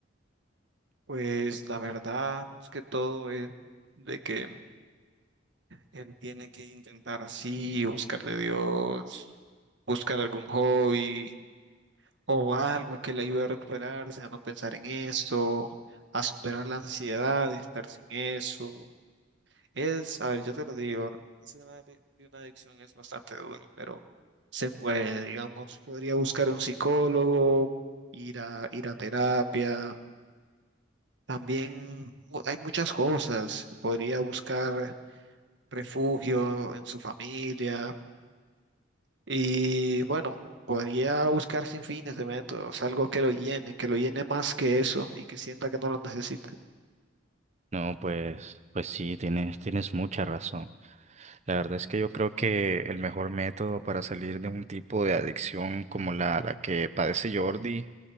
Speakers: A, on the right; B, on the right.
A: pues la verdad es que todo es de que él tiene que intentar así, buscar de Dios, buscar algún hobby o algo que le ayude a recuperarse, a no pensar en eso, a superar la ansiedad de estar sin eso. Es, a ver, yo te lo digo, recuperarse de una ade- de una adicción es bastante duro, pero se puede, digamos, podría buscar un psicólogo, ir a, ir a terapia También u- hay muchas cosas. Podría buscar refugio en su familia y bueno, podría buscar sin fines de métodos, algo que lo llene, que lo llene más que eso y que sienta que no lo necesita.
B: No, pues, pues sí, tienes, tienes mucha razón. La verdad es que yo creo que el mejor método para salir de un tipo de adicción como la, la que padece Jordi